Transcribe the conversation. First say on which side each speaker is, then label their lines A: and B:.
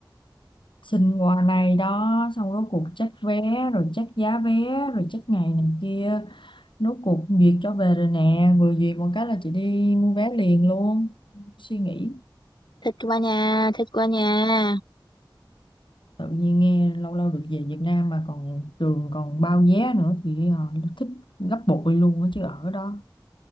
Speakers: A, on the left; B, on the left.
A: xin quà này đó xong rốt cuộc check vé rồi check giá vé rồi check ngày này kia rốt cuộc duyệt cho về rồi nè vừa duyệt một cái là chị đi mua vé liền luôn suy nghĩ
B: Thịt qua nhà, thịt qua nhà.
A: tự nhiên nghe lâu lâu được về Việt Nam mà còn trường còn bao vé nữa thì ờ, nó thích gấp bội luôn á chứ ở đó